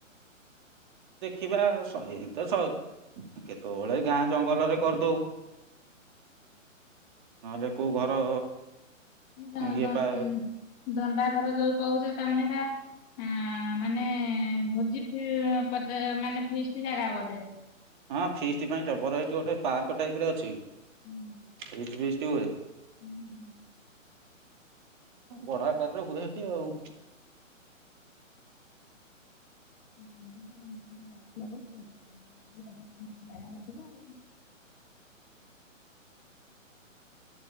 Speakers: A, on the right (about 35°); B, on the left (about 20°).
A: ଦେଖିବା ସେଇତ କେତେବେଳେ ଗାଁ ଜଙ୍ଗଲରେ କରିଦଉ ନହେଲେ କୋଉ ଘର
B: ଦନ
A: ଇଏ
B: ଦ
A: ପା
B: ଦଣ୍ଡାଧର ଯୋଉ କହୁଛ ତାମାନେ ଏଇଟା ହ ମାନେ ଭୋଜି ଫ ମାନେ ଫିଷ୍ଟି ଜାଗା ବୋଧେ।
A: ହଁ ଫିଷ୍ଟି ପାଇଁ ଜବର ଏଇଠି ଗୋଟେ ପାର୍କ ଟାଇପ ର ଅଛି।
B: ହୁଁ।
A: ଫିଷ୍ଟୀ ହୁଏ।
B: ହୁଁ <unintelligible>
A: ବଡ ଆକାରରେ ହୁଏ ସେଠି ଆଉ।
B: ଥିଲା ବୋଲି ହେଇଥିଲା ଆଉ